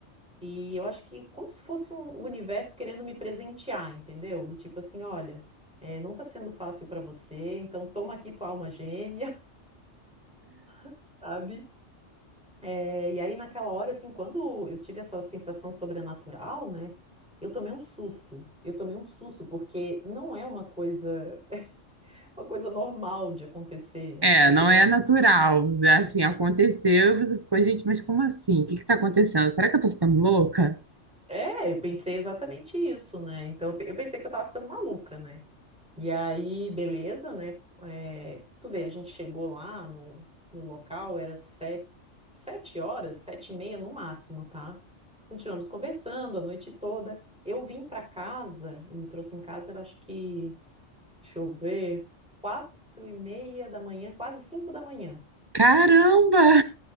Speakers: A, in the centre; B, on the right.
A: e eu acho que como se fosse um, o universo querendo me presentear, entendeu? Do tipo assim, olha, eh, não tá sendo fácil para você, então toma aqui tua alma gêmea, <laughs> sabe? É, e aí, naquela hora, assim, quando eu tive essa sensação sobrenatural, né? Eu tomei um susto. Eu tomei um susto, porque não é uma coisa, <laughs> uma coisa normal de acontecer, né?
B: É,
A: Aí
B: não
A: tomei
B: é
A: um.
B: natural. Assim, aconteceu e você ficou, gente, mas como assim? O que está acontecendo? Será que eu tô ficando louca?
A: É, eu pensei exatamente isso, né? Então, eu pe- eu pensei que eu tava ficando maluca, né? E aí, beleza, né? É, tu vê, a gente chegou lá no, no local, era sete, sete horas, sete e meia no máximo, tá? Continuamos conversando a noite toda. Eu vim pra casa, ele me trouxe em casa, era acho que, deixa eu ver, quatro e meia da manhã, quase cinco da manhã.
B: Caramba!